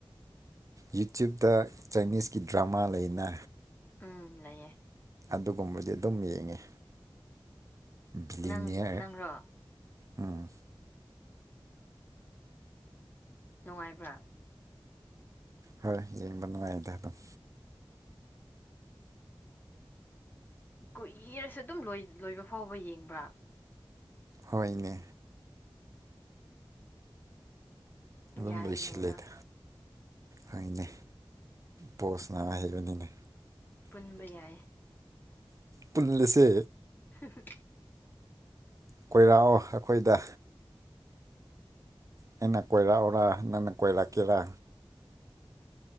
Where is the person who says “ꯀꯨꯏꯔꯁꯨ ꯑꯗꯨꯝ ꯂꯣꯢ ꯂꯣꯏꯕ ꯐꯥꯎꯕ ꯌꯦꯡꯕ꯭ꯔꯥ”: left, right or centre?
Left